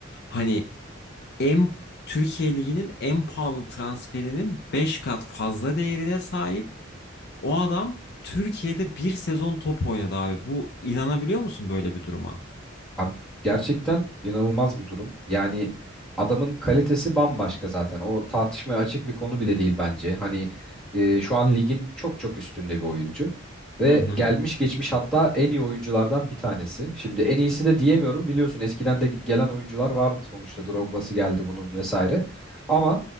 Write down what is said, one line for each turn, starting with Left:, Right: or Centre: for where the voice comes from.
Left: Hani en Türkiye Ligi'nin en pahalı transferinin 5 kat fazla değerine sahip. O adam Türkiye'de bir sezon top oynadı abi. Bu inanabiliyor musun böyle bir duruma?
Centre: Abi gerçekten inanılmaz bir durum. Yani adamın kalitesi bambaşka zaten. O tartışmaya açık bir konu bile değil bence. Hani e, şu an ligin çok çok üstünde bir oyuncu. Ve
Left: Hı hı.
Centre: gelmiş geçmiş hatta en iyi oyunculardan bir tanesi. Şimdi en iyisi de diyemiyorum biliyorsun eskiden de gelen oyuncular vardı sonuçta. Drogba'sı geldi bunun vesaire. Ama